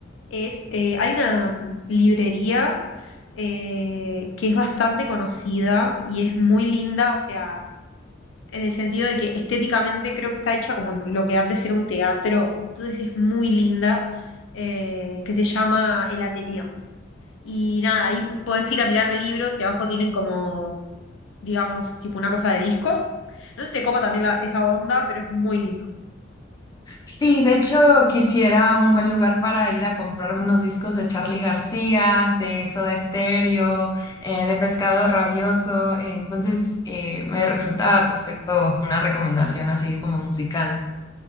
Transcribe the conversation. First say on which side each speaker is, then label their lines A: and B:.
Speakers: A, on the left; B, on the left.
A: es, eh, hay una mm, librería eh, que es bastante conocida y es muy linda, o sea, en el sentido de que estéticamente creo que está hecha como en lo que antes era un teatro, entonces es muy linda, eh, que se llama El Ateneo. Y nada, ahí puedes ir a mirar libros y abajo tienen como, digamos, tipo una cosa de discos. No sé si te copa también la- esa onda, pero es muy lindo.
B: Sí, de hecho quisiera un buen lugar para ir a comprarme unos discos de Charly García, de Soda Stereo, eh, de Pescado Rabioso. Entonces eh, me resulta perfecto una recomendación así como musical.